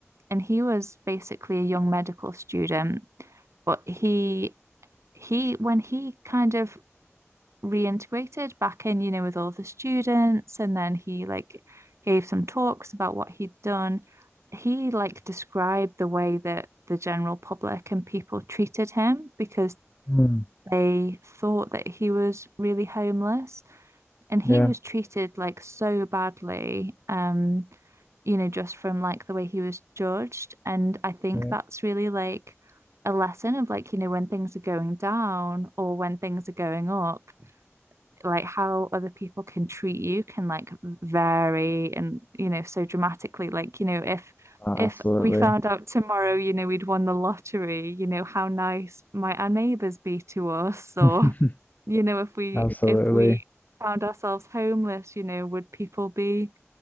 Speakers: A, on the right (about 70°); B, on the left (about 35°).
A: and he was basically a young medical student but he he when he kind of reintegrated back in you know with all the students and then he like gave some talks about what he'd done he like described the way that the general public and people treated him because
B: mm,
A: they thought that he was really homeless and he
B: yeah,
A: was treated like so badly um you know just from like the way he was judged and I think
B: right.
A: that's really like a lesson of like you know when things are going down or when things are going up like how other people can treat you can like vary and you know so dramatically like you know if
B: Uh,
A: if
B: Absolutely.
A: we found out tomorrow you know we'd won the lottery you know how nice might our neighbors be to us or
B: <laughs>
A: you know, if we
B: Absolutely.
A: if we found ourselves homeless, you know, would people be